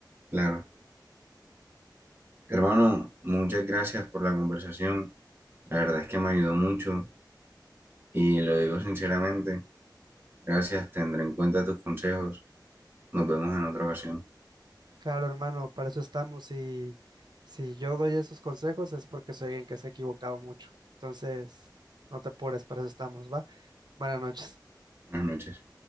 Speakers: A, on the right; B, on the right.
A: claro. Hermano, muchas gracias por la conversación. La verdad es que me ayudó mucho y lo digo sinceramente. Gracias, tendré en cuenta tus consejos. Nos vemos en otra ocasión.
B: Claro, hermano, para eso estamos y si yo doy esos consejos es porque soy alguien que se ha equivocado mucho. Entonces, no te apures, para eso estamos, ¿va? Buenas noches.
A: Buenas noches.